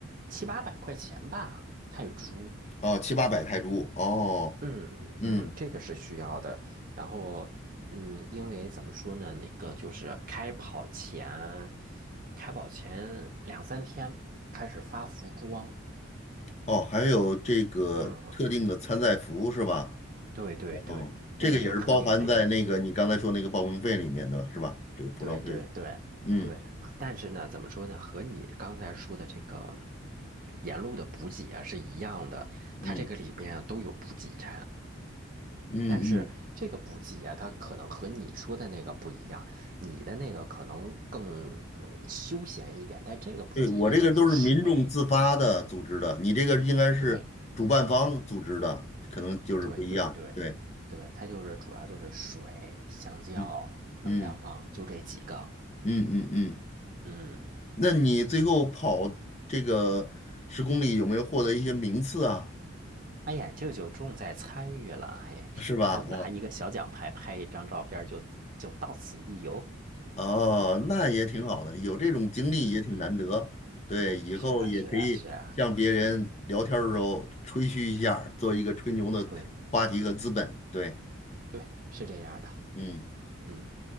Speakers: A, on the right; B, on the left.
A: 七八百块钱吧，泰铢。
B: 哦，七八百泰铢，哦，
A: 嗯嗯嗯，
B: 嗯，
A: 这个是需要的。然后，嗯，因为怎么说呢，那个就是开跑前，开跑前两三天开始发服装。
B: 哦，还有这个特定的参赛服是吧？
A: 嗯，对对对，
B: 哦，
A: 这个有特定的衣服。
B: 这个也是包含在那个你刚才说那个报名费里面的吧，是吧？这个服装费用，
A: 对对对对，
B: 嗯
A: 但是呢，怎么说呢，和你刚才说的这个沿路的补给啊是一样的，
B: 嗯
A: 它这个里边啊都有补给站。
B: 嗯嗯
A: 但是这个补给啊，它可能和你说的那个不一样，你的那个可能更呃休闲一点，但这个补给站就是水，
B: 对，我这个都是民众自发的组织的，你这个应该是主办方组织的，
A: 对，
B: 可能就是不一样。
A: 对对对对，
B: 对，
A: 它就是主要就是水、香蕉、
B: 嗯
A: 能量棒，
B: 嗯
A: 就这几个。
B: 嗯嗯嗯。
A: 嗯，
B: 那你最后跑这个十公里有没有获得一些名次啊？
A: 哎呀，这就重在参与了，嘿，
B: 是吧？
A: 然后拿一个小奖牌拍一张照片儿就，就到此一游。
B: 啊、哦，那也挺好的，
A: 对，
B: 有这种经历也挺难得。
A: 嗯嗯，
B: 对，以后也可以向别人聊天儿的时候吹嘘一下儿做一个吹牛的话题和资本。
A: 是啊是啊是啊，对
B: 对，
A: 对，是这样的。
B: 嗯。
A: 嗯。